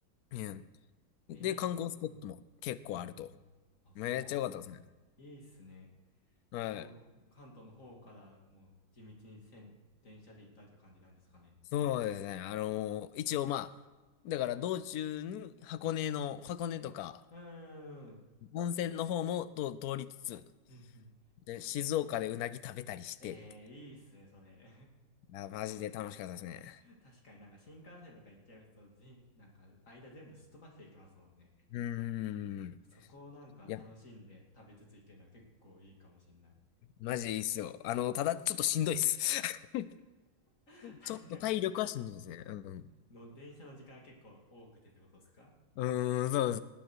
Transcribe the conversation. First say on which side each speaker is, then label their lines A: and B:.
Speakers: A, on the left; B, on the left.
A: うんで、
B: ええー、
A: 観光スポットも結構あると。
B: うん。うん。あ、そうなんですね。
A: めっちゃ良かったですね。
B: いいっすね。
A: はい。
B: えっと、関東の方からもう地道に線、電車で行ったという感じなんですかね。
A: そうですね。あのー一応まあ、だから道中に箱根の、箱根とか、
B: うーん。
A: 温泉の方もと通りつつ、
B: うんうん。
A: で、静岡でうなぎ食べたりしてって。
B: ええー、いいっすね、それ。
A: あ、マジで楽しかったですね。
B: 確かになんか新幹線とか行っちゃいますと、じなんか間全部すっ飛ばしていきますもんね。
A: うーん。
B: <laughs> うん。そこをなんか楽しんで食べつつ行けるのは結構いいかもしんない。
A: いや、マジいいっすよ。あの、ただちょっとしんどいっす。<laughs>
B: <laughs> 確かに。
A: ちょっと体力はしんどいですね。うん。
B: の、電車の時間結構多くてってことですか
A: うん、うーんそうで